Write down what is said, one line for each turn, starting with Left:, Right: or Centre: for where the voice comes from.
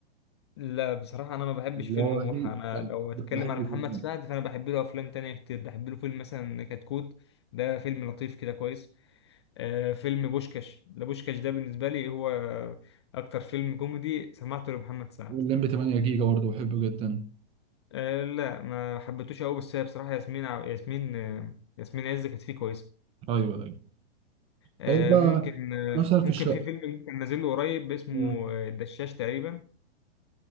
Left: لا بصراحة أنا ما بحبش
Right: والله
Left: فيلم بوحة أنا
Right: يعني
Left: لو
Right: بحبه
Left: هتكلم على محمد
Right: جدا
Left: سعد فأنا بحب له أفلام تانية كتير بحب له فيلم مثلا كتكوت ده فيلم لطيف كده كويس آه فيلم بوشكاش ده بوشكاش ده بالنسبة لي هو أكتر فيلم كوميدي سمعته لمحمد سعد
Right: واللمبي 8 جيجا برضه بحبه جدا
Left: آه لا ما حبيتوش أوي بس هي بصراحة ياسمين ع- ياسمين آه ياسمين عز كانت فيه كويسة
Right: ايوه ايوه
Left: آه
Right: طيب بقى
Left: ممكن آه
Right: مثلا
Left: ممكن
Right: في الشقه
Left: في فيلم كان نازل له قريب اسمه
Right: مم.
Left: آه، الدشاش تقريبا